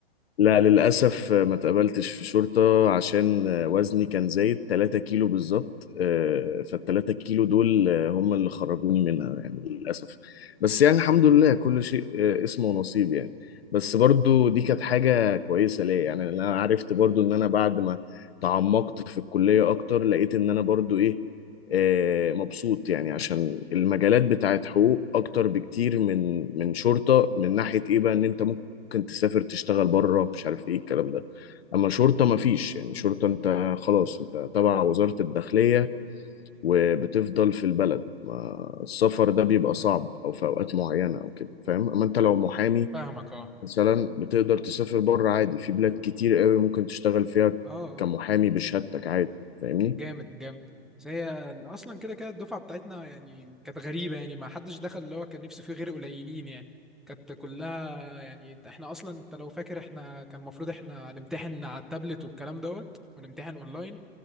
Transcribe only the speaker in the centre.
فاهمك أه
أه أه
جامد جامد بس هي أصلا كده كده الدفعة بتاعتنا يعني كانت غريبة يعني ما حدش دخل اللي هو كان نفسه فيه غير قليلين يعني كانت كلها يعني إحنا أصلا أنت لو فاكر إحنا كان المفروض إحنا هنمتحن على التابلت والكلام دوت ونمتحن أونلاين